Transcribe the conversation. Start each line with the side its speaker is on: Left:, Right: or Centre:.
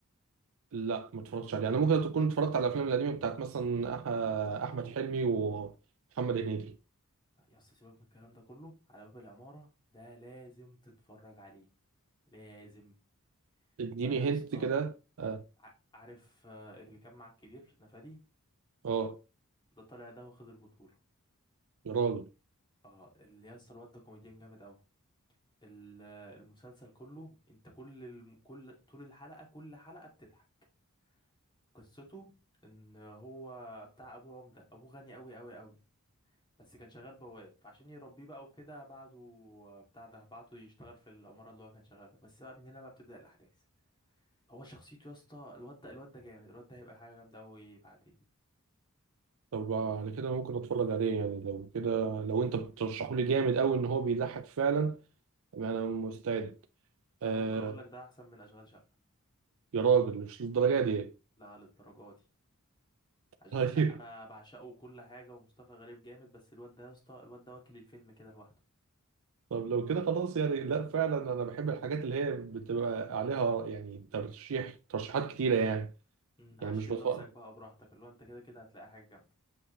Right: لا ما اتفرجتش عليه انا ممكن تكون اتفرجت على الافلام القديمه بتاعت مثلا أح- احمد حلمي ومحمد هنيدي
Left: لا، يا اسطى سيبك من الكلام ده كله على باب العمارة ده لازم تتفرج عليه لازم
Right: اديني
Left: ده يا اسطى
Right: هنت كده اه
Left: ع- عارف آه، اللي كان مع الكبير نفادي
Right: آه،
Left: ده طالع ده واخد البطولة
Right: يا راجل
Left: اه اللي يا اسطى الواد ده كوميديان جامد أوي ال- المسلسل كله انت كل الم- كل طول الحلقة كل حلقة بتضحك قصته ان هو بتاع ابو عمدة ابو غني قوي قوي قوي بس كان شغال بواب فعشان يربيه بقى وكده بعته بتاع ده بعته يشتغل في العمارة اللي هو كان شغال فيها بس بقى من هنا بقى بتبدأ الأحداث هو شخصيته يا اسطى الواد ده الواد ده جامد الواد ده هيبقى حاجة جامدة قوي بعدين
Right: طب على كده ممكن اتفرج عليه يعني لو كده لو انت بترشحه لي جامد قوي ان هو بيضحك فعلا يعني انا مستعد آه،
Left: انا ممكن اقول لك ده احسن من اشغال شقة
Right: يا راجل مش للدرجه دي
Left: لا للدرجة دي اشغال
Right: <laughs>
Left: شقة
Right: طيب
Left: انا بعشقه وكل حاجة ومصطفى غريب جامد بس الواد ده يا اسطى الواد ده واكل الفيلم كده لوحده
Right: طب لو كده خلاص يعني لا فعلا انا بحب الحاجات اللي هي بتبقى عليها يعني ترشيح ترشيحات كتيره يعني
Left: مم،
Right: يعني
Left: عشم
Right: مش بتفرج
Left: نفسك بقى براحتك اللي هو انت كده كده هتلاقي حاجة جامدة